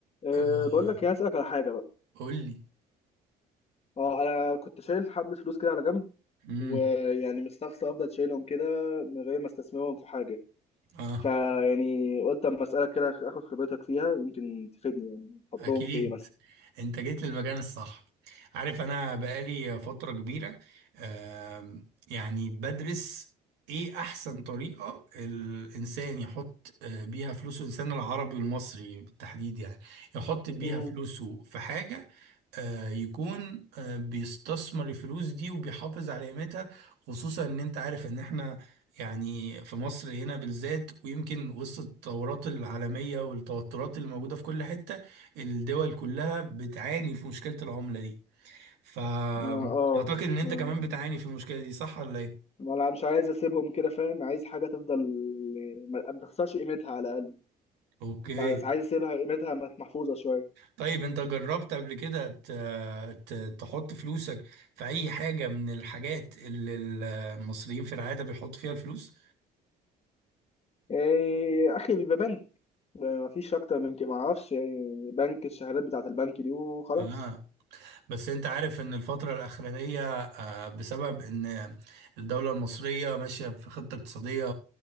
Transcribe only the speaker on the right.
آه.
قول لي
امم
اه
اكيد
انت جيت للمكان الصح عارف انا بقالي فترة كبيرة آه يعني بدرس ايه احسن طريقة الانسان يحط آه، بيها فلوسه الانسان العربي والمصري بالتحديد يعني يحط بيها
فلوسه في حاجة آه، يكون آه، بيستثمر الفلوس دي وبيحافظ على قيمتها خصوصا ان انت عارف ان احنا يعني في مصر هنا بالذات ويمكن وسط التطورات العالمية والتوترات اللي موجودة في كل حتة الدول كلها بتعاني في مشكلة العملة دي فأعتقد
ان انت
كمان بتعاني في المشكلة دي صح ولا ايه؟
اوكي
طيب انت جربت قبل كده ت- ت- تحط فلوسك في اي حاجة من الحاجات اللي المصريين في العادة بيحطوا فيها الفلوس؟
اه بس انت عارف ان الفترة الاخرانية بسبب ان الدولة المصرية ماشية في خطة اقتصادية